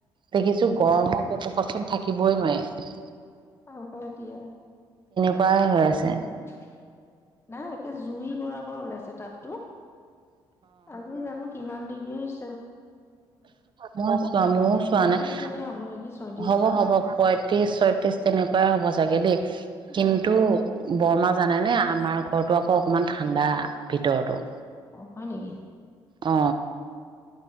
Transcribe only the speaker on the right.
দেখিছো গৰমৰ পশু পচন থাকিবই নোৱাৰি
পৰাই হৈ আছে
মোৰ চোৱা ময়ও চোৱা
নাই
হ'ব
হ'ব পয়ত্ৰিশ ছয়ত্ৰিশ তেনেকুৱাই হ'ব চাগে দেই
কিন্তু বৰমা জানে নে আমাৰ ঘৰতটো আকৌ অকমান ঠাণ্ডা ভিতৰতো
অ